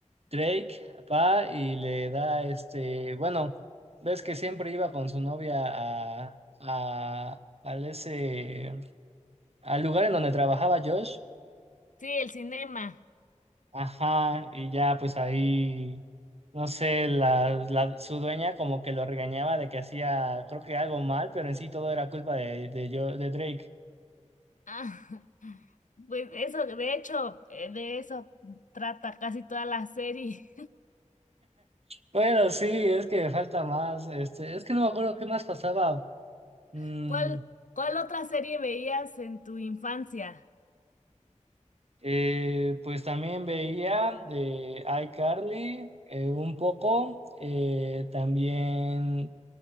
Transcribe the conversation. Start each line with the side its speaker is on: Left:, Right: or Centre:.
Right: Drake va y le da este, bueno, ves que siempre iba con su novia a, a- al ese, al lugar en donde trabajaba Josh
Left: Sí, el cinema.
Right: Ajá, y ya pues ahí, no sé, la, la- su dueña como que lo regañaba de que hacía, creo que algo mal, pero en sí todo era culpa de, de, yo, de Drake.
Left: Ah, <laughs> pues eso, de hecho, eh, de eso trata casi toda la serie.
Right: Bueno, sí, es que falta más, este, es que no me acuerdo qué más pasaba. Mm,
Left: <laughs> ¿Cuál, cuál otra serie veías en tu infancia?
Right: eh, pues también veía eh, iCarly eh, un poco, eh, también,